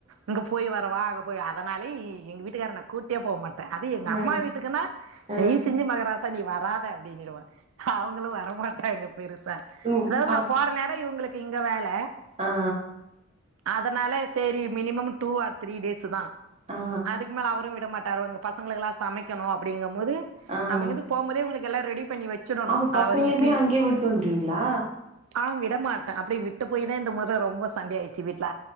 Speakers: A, on the right; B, on the right.
A: இங்க போய் வரவா அங்க போய் அதனாலே எ எங்க வீட்டுக்கார என்ன கூட்டே போ மாட் அது எங்கம்மா
B: ஆ
A: வீட்டுக்குன்னா தயவு
B: ஆ
A: செஞ்சு மகராசா நீ வராத அப்புடின்னு விடுவ அவங்களு வரமாட்டாங்கா பெருசா
B: உ
A: அதா
B: அப்
A: நா போற நேர இவங்களுக்கு இங்க வேல
B: ஆ
A: அதனால செரி மினிமம் டூ ஆர் த்ரீ டேஸ்ஷுதா
B: ஆ
A: அதுக் மேல அவரு விட மாட் டவங்க பசங்ளுக்லா சமைக்கணோ அப்டிங்க போது
B: ஆ
A: நம்ம இங்கந்து போம்போதே உங்ளுக்கெல்லா ரெடிப் பண்ணி வச்சிடணோ
B: அப்ப
A: அதாவ்து
B: பசங்களையுமே
A: இட்லி
B: அங்கேயே விட்டு வந்துருவீங்களா
A: ஆவ்ங்கு விட மாட்டே அப்டி விட்டு போய் த இந்த மொற ரொம்ப சண்டயாய்ச்சி வீட்ல